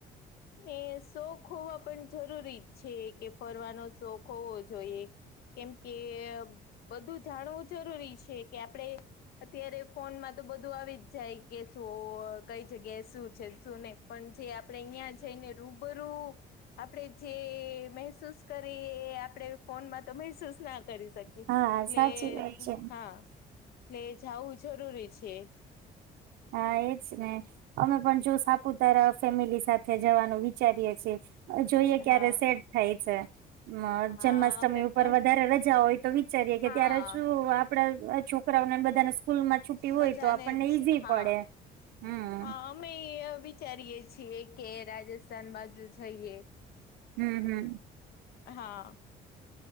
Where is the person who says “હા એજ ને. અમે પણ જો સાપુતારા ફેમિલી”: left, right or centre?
Right